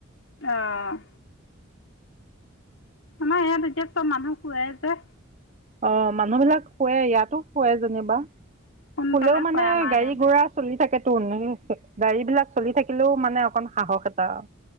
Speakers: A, on the left (about 75°); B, on the right (about 35°).
A: অ' আমাৰ ইয়াত এতিয়া চব মানুহ শুৱে যে।
B: অ', মানুহ বিলাক শুৱে, ইয়াতো শুৱে যেনিবা,
A: সোনকালে
B: শুলও মানে
A: শুৱে আমাৰ
B: গাড়ী
A: ইয়াত
B: গৈ আ- চলি থাকেতো, <unintelligible> গাড়ী বিলাক চলি থাকিলেও মানে অকন সাহস এটা